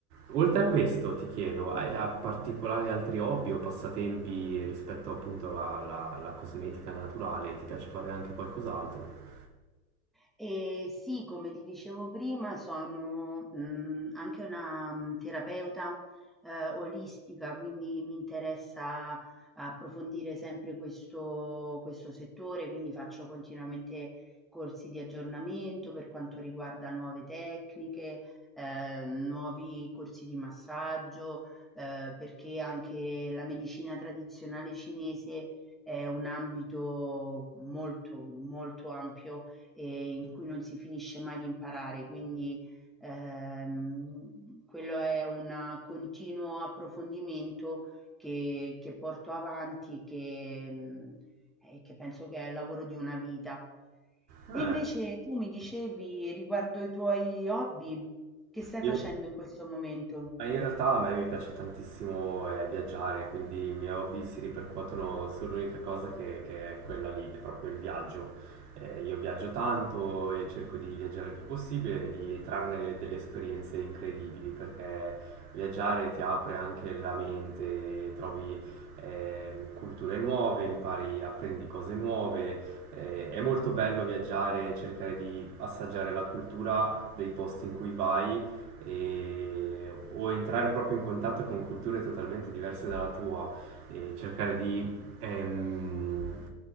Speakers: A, on the right; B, in the centre.
A: oltre a questo ti chiedo, hai a particolari altri hobby o passatempi rispetto appunto alla, alla cosmetica naturale? Ti piace fare anche qualcos'altro?
B: Eh, sì, come ti dicevo prima, sono mh, anche una mh, terapeuta eh, olistica, quindi mi interessa approfondire sempre questo, questo settore, quindi faccio continuamente corsi di aggiornamento per quanto riguarda nuove tecniche, eh, nuovi corsi di massaggio, eh, perché anche la medicina tradizionale cinese è un ambito molto, molto ampio e in cui non si finisce mai di imparare, quindi ehm, quello è un continuo approfondimento che, che porto avanti, che, mh, eh, che penso che è il lavoro di una vita.
A: Eh,
B: E invece tu mi dicevi riguardo ai tuoi hobby, che stai
A: io...
B: facendo in questo momento?
A: Ma in realtà a me mi piace tantissimo eh, viaggiare, quindi i miei hobby si ripercuotono sull'unica cosa che, che è quella lì, che è proprio il viaggio. Eh, io viaggio tanto e cerco di viaggiare il più possibile e di trarne delle esperienze incredibili, perché viaggiare ti apre anche la mente, trovi eh, culture nuove, impari, apprendi cose nuove. Eh, è molto bello viaggiare e cercare di assaggiare la cultura dei posti in cui vai e- o entrare proprio in contatto con culture totalmente diverse dalla tua e cercare di, ehm,